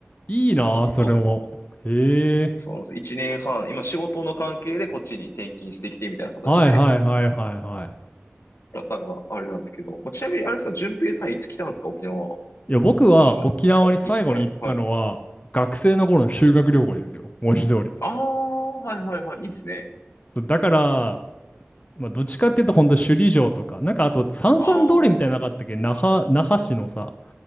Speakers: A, on the left; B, on the left.
A: いいなあ、
B: そうっすそうっす。
A: それも。へえ。
B: そうなんです。1年半、今仕事の関係でこっちに転勤してきてみたいな形で。
A: はいはいはいはいはい。
B: だから、あれなんですけど。まあ、ちなみに、あれですか、淳平さんいつ来たんですか、沖縄。
A: いや、僕は沖縄に最後に行ったのは、
B: なんか、一回。はい。
A: 学生の頃の修学旅行ですよ。文字通り。
B: ああ、はいはいはい。いいっすね。
A: そうだから、まあ、どっちかっていうと、ほんと首里城とか、なんかあと、三々通りみたいなのなかったっけ那覇、
B: ああ、
A: 那覇市のさ、